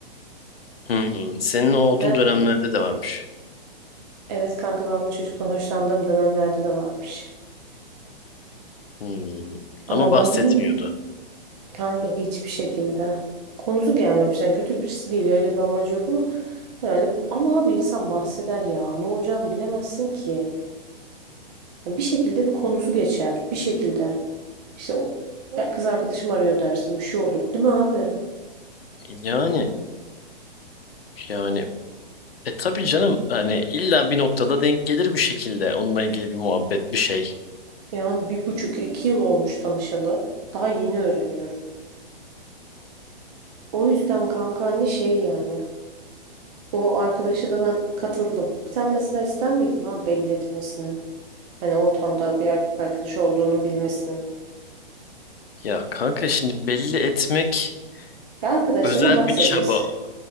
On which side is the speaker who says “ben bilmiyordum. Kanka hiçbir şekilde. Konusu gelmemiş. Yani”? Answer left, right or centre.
Right